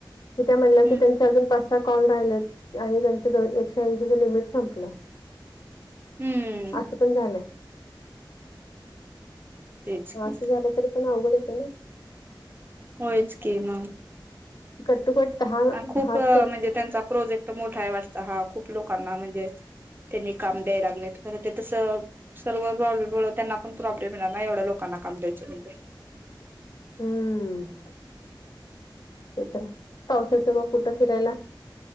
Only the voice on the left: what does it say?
की म्हणल्या की
त्यांचे अजूंन पांच सहा कॉल राहिलेत आणि त्यांचं दोन एकशे ऐंशीच लिमिट संपलं
असं पण झालंय.
ह
असं झालं तरी पण अवघडच आहे ना,
कट टू कट दहा
दहा
सें
हम्म. ते तर पावसायचं मग कुठं फिरायला.